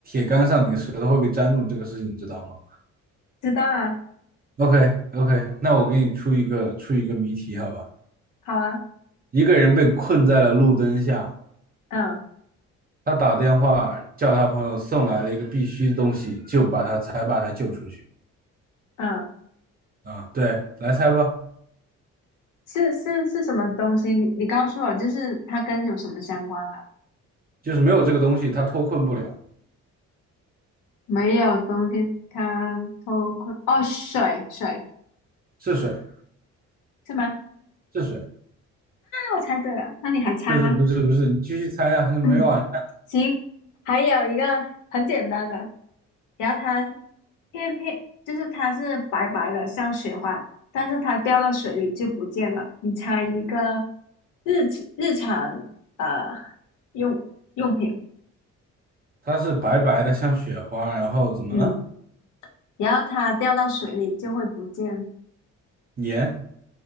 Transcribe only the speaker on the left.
知道啊，
好啊，
嗯
嗯。
是是是什么东西？你你告诉我，就是它跟有什么相关的？
没有东西，它偷窥哦，水水
是吗？啊，
我猜对了，那你还猜吗？
嗯，行，还有一个很简单的，然后它片片就是它是白白的，像雪花，但是它掉到水里就不见了。你猜一个日常日常呃用用品，
嗯，然后它掉到水里就会不见。